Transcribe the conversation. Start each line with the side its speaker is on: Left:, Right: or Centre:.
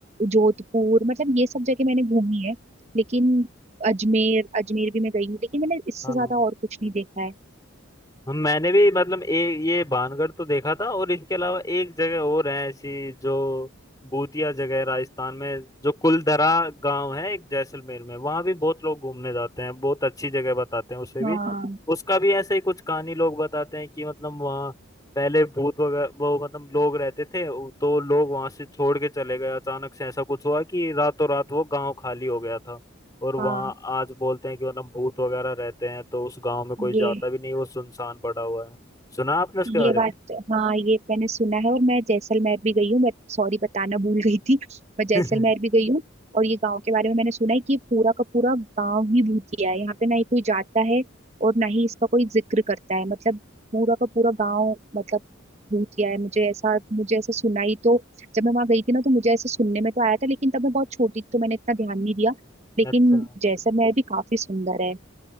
Right: जोधपुर मतलब ये सब जगह मैंने घूमी है लेकिन अजमेर अजमेर भी मैं गई हूँ लेकिन मैंने इससे
Left: हाँ
Right: ज्यादा और कुछ नहीं देखा है
Left: हम मैंने भी मतलब एक ये बानगढ़ तो देखा था और इसके अलावा एक जगह और है ऐसी जो भूतिया जगह है राजस्थान में जो कुलधरा गांव है एक जैसलमेर में वहां भी बहुत लोग घूमने जाते हैं बहुत अच्छी जगह बताते हैं उसे
Right: हाँ
Left: भी उसका भी ऐसे ही कुछ कहानी लोग बताते हैं कि मतलब वहाँ पहले भूत वगैरह वो मतलब लोग रहते थे तो लोग वहां से छोड़ के चले गए अचानक से ऐसा कुछ हुआ कि रातों रात वो गांव खाली हो गया था और
Right: हाँ
Left: वहाँ आज बोलते हैं कि वरना भूत वगैरह रहते हैं तो उस गांव में कोई
Right: ये
Left: जाता भी नहीं वो सुनसान पड़ा हुआ है सुना आपने उसके
Right: ये
Left: बारे
Right: बात तो, हाँ ये मैंने सुना है और मैं जैसलमेर भी गई हूँ बट सॉरी बताना भूल गई थी मैं जैसलमेर
Left: में <laughs>
Right: भी गई हूँ और ये गांव के बारे में मैंने सुना है कि ये पूरा का पूरा गांव ही भूतिया है यहाँ पे ना ही कोई जाता है और ना ही इसका कोई जिक्र करता है मतलब पूरा का पूरा गांव मतलब भूतिया है मुझे ऐसा मुझे ऐसा सुना ही तो जब मैं वहां गई थी ना तो मुझे ऐसा सुनने में तो आया था लेकिन तब मैं बहुत छोटी थी, तो मैंने इतना ध्यान नहीं दिया लेकिन
Left: अच्छा
Right: जैसलमेर भी काफी सुंदर है